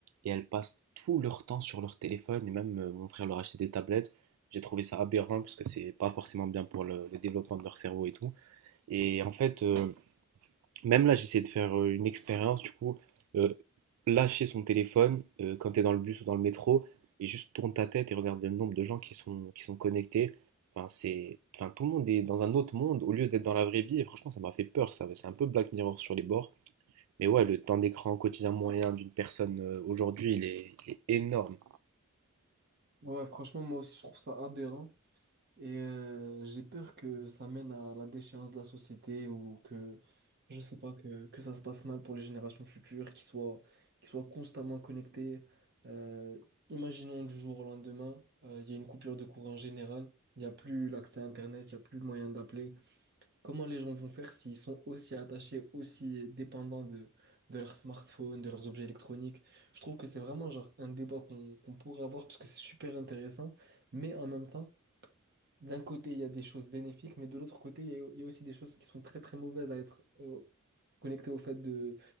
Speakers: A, on the right (about 85°); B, on the right (about 50°).
A: et elles passent tout leur temps sur leur téléphone, et même euh, mon frère leur a acheté des tablettes. J'ai trouvé ça aberrant parce que c'est pas forcément bien pour le, le développement de leur cerveau et tout. Et en fait, euh, Même là, j'essaie de faire euh, une expérience, du coup, euh, lâcher son téléphone euh, quand tu es dans le bus ou dans le métro et juste tourne ta tête et regarde le nombre de gens qui sont, qui sont connectés. Enfin, c'est, enfin, tout le monde est dans un autre monde au lieu d'être dans la vraie vie. Et franchement, ça m'a fait peur, ça. C'est un peu Black Mirror sur les bords. Mais ouais, le temps d'écran quotidien moyen d'une personne euh, aujourd'hui, il est, il est énorme.
B: Ouais, franchement, moi aussi, je trouve ça aberrant. Et euh, j'ai peur que ça mène à la déchéance de la société ou que, je sais pas, que, que ça se passe mal pour les générations futures, qui soient, qui soient constamment connectées. Euh, imaginons du jour au lendemain, euh, il y a une coupure de courant générale, il n'y a plus l'accès à Internet, il n'y a plus le moyen d'appeler. Comment les gens vont faire s'ils sont aussi attachés, aussi dépendants de, de leur smartphone, de leurs objets électroniques? Je trouve que c'est vraiment genre un débat qu'on qu'on pourrait avoir parce que c'est super intéressant, mais en même temps, d'un côté, il y a des choses bénéfiques, mais de l'autre côté, il y a, il y a aussi des choses qui sont très très mauvaises à être euh, connectées au fait de,